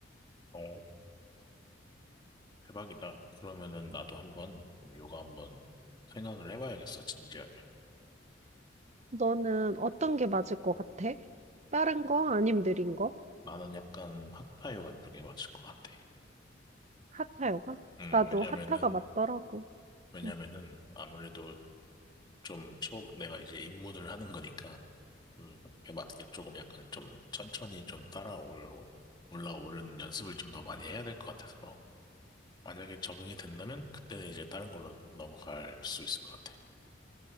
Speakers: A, on the left; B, on the right.
A: 오, 대박이다. 그러면은 나도 한번 좀 요가 한번 생각을 해봐야겠어, 진지하게.
B: 너는 어떤 게 맞을 것 같아? 빠른 거? 아님 느린 거?
A: 나는 약간 hatha 요가 쪽에 맞을 것 같아.
B: 하타 요가?
A: 음,
B: 나도
A: 왜냐면은,
B: 하타가 맞더라고.
A: 왜냐면은
B: 응.
A: 아무래도 좀 초, 내가 이제 입문을 하는 거니까, 그에 맞게 조금 약간 좀 천천히 좀 따라올, 올라오는 연습을 좀 더 많이 해야 될 것 같아서. 만약에 적응이 된다면 그때는 이제 다른 걸로 넘어갈 수 있을 것 같아.